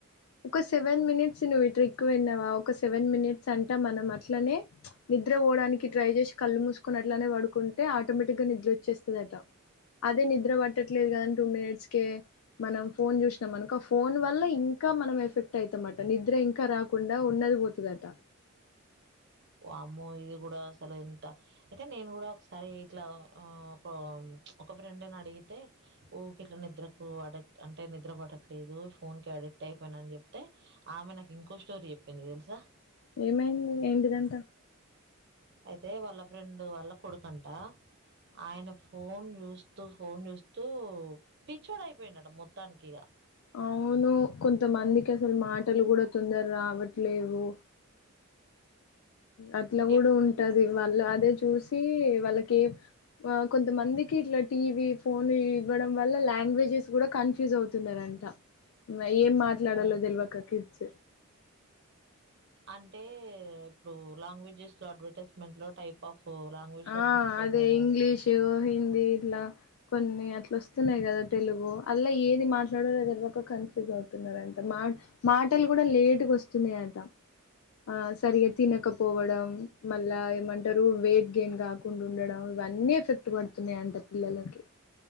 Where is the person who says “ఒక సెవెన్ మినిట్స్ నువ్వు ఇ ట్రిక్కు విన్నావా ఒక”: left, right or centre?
Left